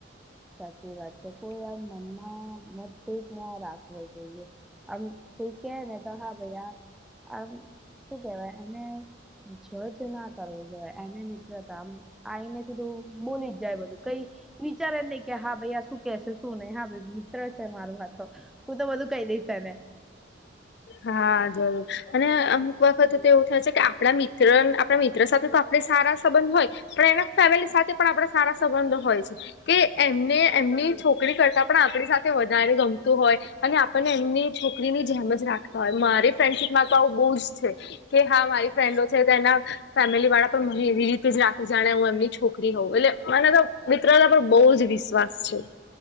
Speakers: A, in the centre; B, on the left.
A: સાચી વાત છે, કોઈ આમ મનમાં મતભેદ ના રાખવો જોઈએ. આમ- -કોઈ કે ને તો હા, ભૈય આમ શું કેવાય એને- <unintelligible> ના કરવો જોઈએ, એને મિત્રતા આઈને- બધુ બોલી જ જાય, બધું કઈ વિચારે જ નહી. કે હા ભાઈ, આ શું કે છે, શું નહી હા ભાઈ મિત્ર છે મારો. આ તો હું તો બધું કહી દઈશ એને.
B: હા જરૂર અને અમુક વખતે તો એવું થાય છે, કે આપણા મિત્ર આપણા મિત્ર સાથે તો આ- આપડે સારા સંબંધ હોય, પણ એના ફેમિલી સાથે પણ આપણા સારા સંબંધ હોય છે. કે એમને એમની છોકરી કરતા પણ આપણી સાથે વધારે ગમતું હોય. અને આપણને એમની છોકરીની જેમ જ રાખતા હોય મારે ફ્રેન્ડશિપ માં તો આવું બહુ જ છે. કે હા મારી ફ્રેન્ડો છે તો એના ફેમિલી વાળા પણ મને એવી રીતે જ રાખી જાણે હું એમની છોકરી હોઉં એટલે મને તો મિત્રતા પર બહુ જ વિશ્વાસ છે.